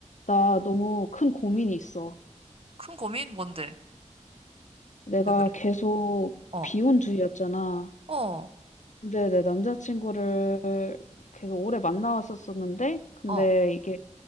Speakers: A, on the left; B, on the right.
A: 나 너무 큰 고민이 있어.
B: 큰 고민? 뭔데?
A: 내가
B: 왜 그래?
A: 계속
B: 어,
A: 비혼주의였잖아.
B: 어,
A: 근데 내 남자친구를 계속 오래 만나왔었었는데, 근데
B: 어.
A: 이게